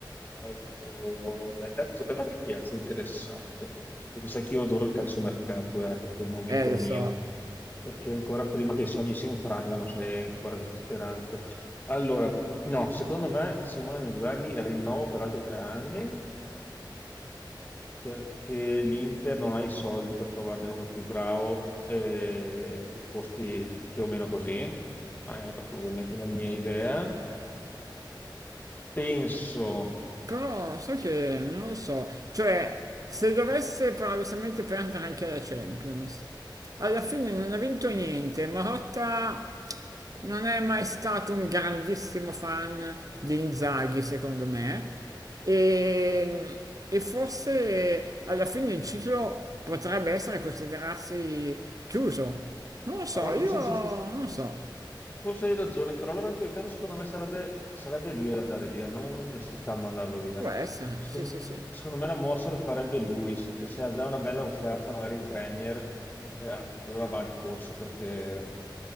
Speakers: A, on the left (about 25°); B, on the right (about 45°).
A: Allora, beh, intanto sapeva che piace, interessante. Perché sai che io adoro il calciomercato, è proprio il momento
B: Eh, lo
A: mio.
B: so.
A: Perché ancora prima che i sogni si infrangano, c'è ancora questa speranza. Allora, no, secondo me Simone Inzaghi rinnovo per altri tre anni perché l'Inter non ha i soldi per trovarne uno più bravo eh, che costi più o meno così. Ma è proprio ovviamente la mia idea. Penso
B: Però sai che
A: che...
B: non lo so, cioè se dovesse paradossalmente perdere anche la Champions, alla fine non ha vinto niente, Marotta non è mai stato un grandissimo fan di Inzaghi secondo me e, e forse alla fine il ciclo potrebbe essere considerarsi chiuso. Non lo so,
A: Allora, forse
B: io
A: mi
B: non
A: sono
B: lo so,
A: Forse hai ragione, però allora in quel caso secondo me sarebbe, sarebbe lui ad andare via, non la società a mandarlo via.
B: può essere,
A: Secon-
B: sì sì sì.
A: Secondo, me la mossa la farebbe lui, S- se ha già una bella offerta magari in Premier, eh, allora va di corsa perché,